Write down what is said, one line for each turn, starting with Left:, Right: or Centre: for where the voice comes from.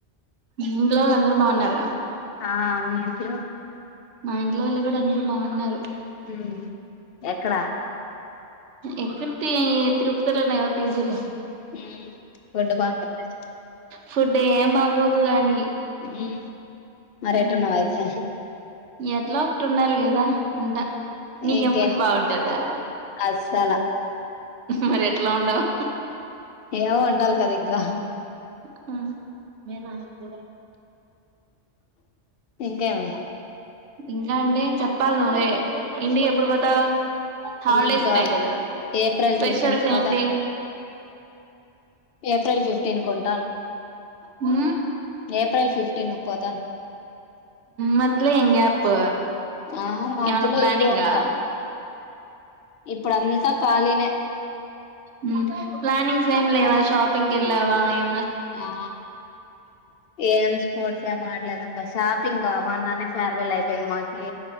Right: ఇంట్లో వాళ్ళు అందరు బాగున్నారా
Left: ఆ మీ ఇంట్లో
Right: మా ఇంట్లో వాళ్ళు కూడా అంతే బావున్నారు.
Left: హు ఎక్కడా
Right: ఎక్కడంటే తిరుపతిలోనే కదా పేజీలో
Left: హు ఫుడ్ బాగుంటదా
Right: ఫుడ్ ఏం బాగోదు గాని
Left: హ్మ్ మరి
Right: ఉమ్,
Left: ఎటో <unintelligible>
Right: ఎట్లా ఒకటి ఉండాలి కదా ఉంటా నీకేం
Left: ఎంగే
Right: ఫుడ్ బాగుంటదా
Left: అసాల
Right: మరి ఎట్లా ఉండవు
Left: యవో ఉండాలి కదా ఇంకా
Right: హ మీ నాన్న కూడా
Left: ఇంకేమీ
Right: ఇంకా అంటే చెప్పాలి నువ్వే ఇంటి ఎప్పుడుపోతవ్ హాలిడేస్
Left: ఇంకా
Right: ఉన్నాయి కదా
Left: ఏప్రిల్
Right: స్పెషల్స్
Left: ఫిఫ్టీన్ కు పోతాను
Right: ఏంటి
Left: ఏప్రిల్ ఫిఫ్టీన్ కు ఉంటాను
Right: హు
Left: ఏప్రిల్ ఫిఫ్టీన్ కు పోతాను
Right: మద్దిలే ఎం గ్యాప్
Left: ఆ మాధ్యలో
Right: ఏమన్నా ప్లానింగా
Left: ఈడే ఉంటా ఇప్పుడుంతా ఖాళీనే
Right: హు ప్లానింగ్స్ ఏం లేవా షాపింగ్ వెళ్ళవా ఎ
Left: ఆ ఏం స్పోర్ట్స్ ఏ ఆడేల్ దమ్మా షాపింగ్ ఆ మన్ననే ఫేర్వెల్ అయిపోయింది మాకి